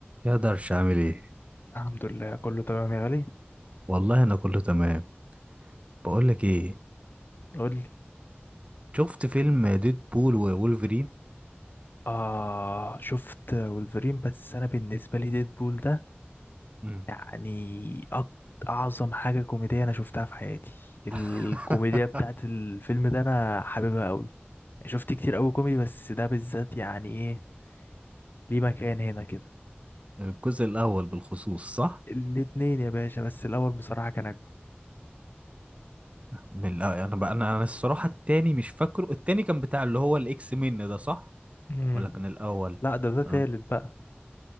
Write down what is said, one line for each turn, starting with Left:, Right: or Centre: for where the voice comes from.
Right: يقدرش اعمل ايه
Left: الحمد لله كله تمام يا غالي
Right: والله انا كله تمام بقول لك ايه
Left: قول لي
Right: شفت فيلم ديد بول وولفرين
Left: آه شفت ولفرين بس أنا بالنسبة لي ديدبول ده
Right: مم.
Left: يعني أك- أعظم حاجة كوميدية أنا شفتها في حياتي الكوميديا
Right: <laughs>
Left: بتاعت الفيلم ده أنا حاببها أوي شفت كتير أوي كوميدي بس ده بالذات يعني إيه ليه مكان هنا كده
Right: الجزء الاول بالخصوص صح
Left: الاتنين يا باشا بس الأول بصراحة كان أجمل
Right: من الأ- انا بقى انا أنا الصراحه التاني مش فاكره التاني كان بتاع اللي هو الاكس من ده صح
Left: مم.
Right: ولا كان الاول
Left: لا ده ده تالت
Right: أنا-
Left: بقى